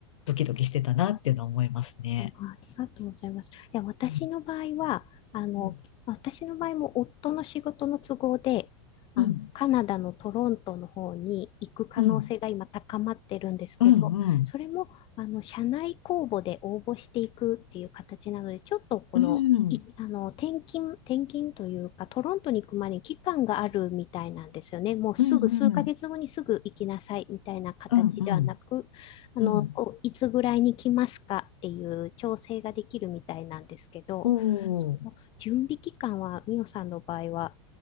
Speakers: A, on the left; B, on the left.
A: ドキドキしてたなっていうのは思いますね。
B: うんありがとうございます。いや、私の場合は、
A: うん
B: あの、
A: うん、
B: 私の場合も夫の仕事の都合で、あの、
A: うん、
B: カナダのトロントの方に行く可能性が今高まってるんですけど、
A: うん、うん、うん、
B: それも、あの、社内公募で応募していくっていう形なので、ちょっとこの、
A: うん、
B: い、あの、転勤、転勤というか、トロントに行くまでに期間があるみたいなんですよね。もうすぐ数ヶ月後にすぐ行きなさいみたいな形ではなく、
A: うん、うん、うん、
B: あの、
A: うん、
B: こういつぐらいに来ますかっていう調整ができるみたいなんですけど、
A: お
B: その準備期間は、
A: ー、
B: ミオさんの場合は、